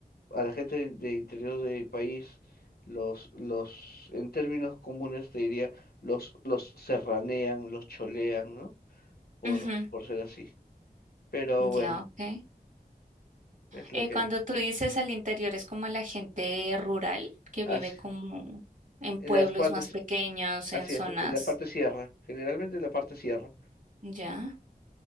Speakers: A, on the left (about 75°); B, on the right (about 55°).
A: a la gente del interior del país, los, los, en términos comunes te diría, los, los serranean, los cholean, ¿no? Por,
B: Ujú,
A: por ser así. Pero bueno,
B: Ya, ok.
A: es lo
B: Eh,
A: que
B: cuando
A: hay.
B: tú dices al interior es como la gente rural que
A: Así,
B: vive como en pueblos
A: en las partes,
B: más pequeños,
A: así
B: en zonas.
A: es, en la parte sierra, generalmente en la parte sierra,
B: Ya,